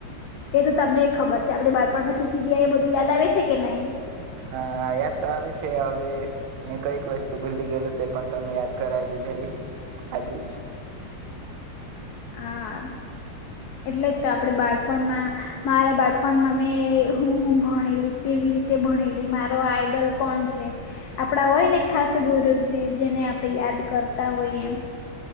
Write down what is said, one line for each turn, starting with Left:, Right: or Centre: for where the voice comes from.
Left: એ તો તમને ખબર છે આપડે બાળપણમાં શીખી ગયા એ બધું યાદ આવે છે કે નહી.
Right: હા યાદ તો આવે છે હવે ને કઈક વસ્તુ ભૂલી ગયેલ તે પણ તમે યાદ કરાવી દીધેલી આજે જ.
Left: હા એટલે જ આપડે બળ પણ મા મારા બાળ પણ મા મેં હું હું ભણેલી કેવી રીતે ભણેલી મારો આઈડલ કોણ છે આપડા હોય ને ખાસ ગુરુજી જેને આપણે યાદ કરતા હોય એમ.